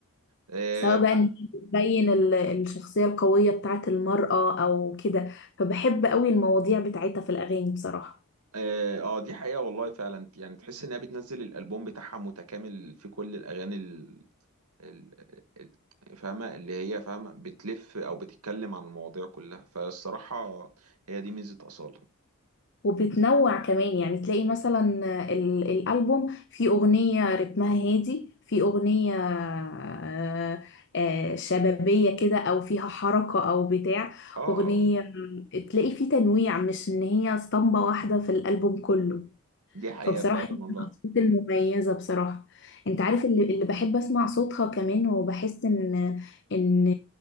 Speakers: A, on the right; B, on the left.
A: آه،
B: سواء بقى
A: ما-
B: إن هي بتبين ال- الشخصية القوية بتاعت المرأة أو كده فبحب قوي المواضيع بتاعتها في الأغاني بصراحة
A: اه آه، دي حقيقة والله فعلا يعني تحس انها بتنزل الالبوم بتاعها متكامل في كل الاغاني ال- ال- فاهمة اللي هي فاهمة بتلف أو بتتكلم عن المواضيع كلها فالصراحة هي دي ميزة أصالة
B: وبتنوع كمان يعني تلاقي مثلا ال- الألبوم في أغنية رتمها هادي في أغنية آه، آه، شبابية كده أو فيها حركة أو بتاع
A: آه
B: أغنية تلاقي في تنويع مش إن هي اسطمبة واحدة في الألبوم كله
A: دي حقيقة
B: فبصراحة
A: فعلا
B: هي
A: والله
B: من الأصوات المميزة بصراحة أنت عارف اللي, اللي بحب أسمع صوتها كمان وبحس إن إن